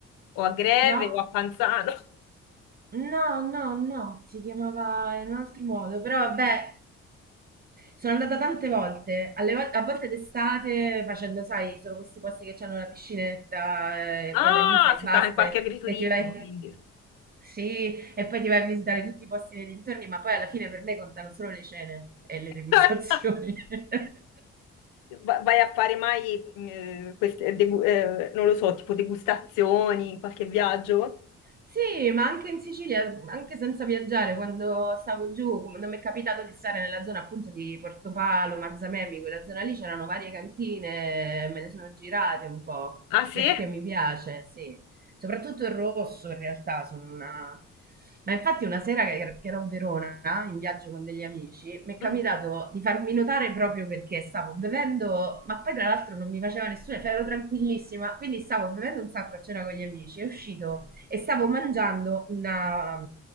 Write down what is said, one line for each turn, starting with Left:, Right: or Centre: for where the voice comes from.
Left: o a Greve,
Right: No?
Left: o a Panzano.
Right: No, no, no, si chiamava in un altro modo, però vabbè, sono andata tante volte, alle vol- a volte d'estate facendo, sai, sono questi posti che hanno la piscinetta eh, e
Left: Ah,
Right: poi da lì fai
Left: sei
Right: base
Left: stata in qualche agriturismo,
Right: e ti vai
Left: quindi.
Right: Sì, e poi ti vai a visitare tutti i posti nei dintorni, ma poi alla fine per me contano solo le cene e le degustazioni.
Left: <laughs>
Right: <laughs>
Left: Va- Vai a fare mai, eh, queste, degu- eh, non lo so, tipo degustazioni in qualche viaggio?
Right: Sì, ma anche in Sicilia, anche senza viaggiare, quando stavo giù, quando mi è capitato di stare nella zona appunto di Portopalo, Marzamemi, quella zona lì c'erano varie cantine, me ne sono girate un po'
Left: Ah, sì?
Right: perché mi piace, sì. Soprattutto il rosso in realtà, sono una... Ma infatti una sera che, che ero a Verona in viaggio con degli amici, mi è capitato
Left: Mm.
Right: di farmi notare proprio perché stavo bevendo, ma poi tra l'altro non mi faceva nessuno, cioè ero tranquillissima, quindi stavo bevendo un sacco a cena con gli amici, è uscito e stavo mangiando una,